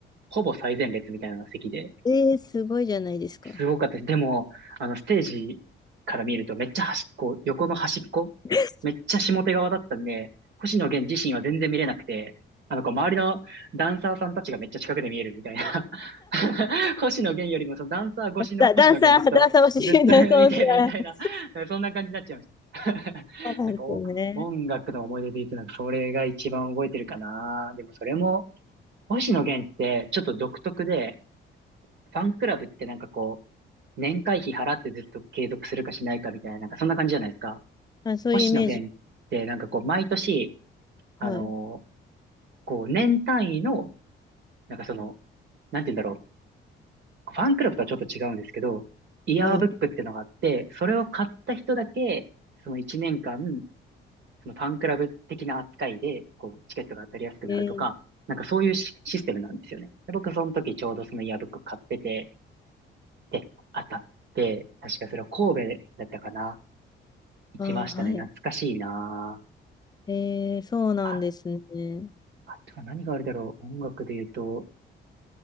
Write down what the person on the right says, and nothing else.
ほぼ最前列みたいな席で、
すごかったです。でも、あの、ステージから見るとめっちゃ端っこ、横の端っこ、
めっちゃ下手側だったんで、星野源自身は全然見れなくて、あの、こう周りのダンサーさんたちがめっちゃ近くで見えるみたいな。<laughs> 星野源よりもそのダンサー越しの星野源ずっと、
ずっと
<laughs> 見てるみたいな、そんな感じになっちゃいました。<laughs>
なんかお、音楽の思い出で言うと、なんかそれが一番覚えてるかな。でもそれも、星野源ってちょっと独特で、ファンクラブってなんかこう、年会費払ってずっと継続するかしないかみたいな、なんかそんな感じじゃないですか。
星野源ってなんかこう毎年、
あのーこう年単位の、なんかその、なんて言うんだろう。ファンクラブとはちょっと違うんですけど、イヤーブックっていうのがあって、
それを買った人だけ、その1年間、そのファンクラブ的な扱いで、こう、チケットが当たりやすくなるとか、
なんかそういうシシステムなんですよね。で僕その時ちょうどそのイヤーブック買ってて、で、当たって、確かそれは神戸だったかな。行きましたね。
懐かしいな
あ。あ、あとは何があるだろう。音楽で言うと、